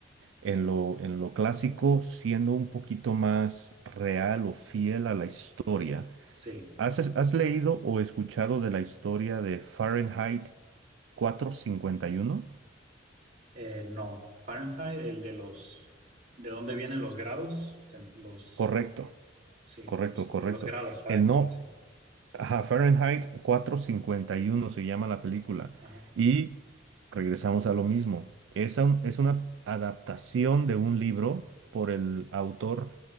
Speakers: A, on the right (about 75°); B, on the right (about 40°).
A: en lo, en lo clásico siendo un poquito más real o fiel a la historia.
B: sí.
A: ¿Has, has leído o escuchado de la historia de Fahrenheit 451?
B: Eh, no, Fahrenheit, el de los, de dónde vienen los grados, Se- los,
A: Correcto,
B: sí,
A: correcto,
B: los,
A: correcto.
B: los grados Fahrenheit,
A: El no,
B: sí.
A: Ajá, Fahrenheit 451 se llama la película.
B: Ajá,
A: Y regresamos a lo mismo. Es, un- es una adaptación de un libro por el autor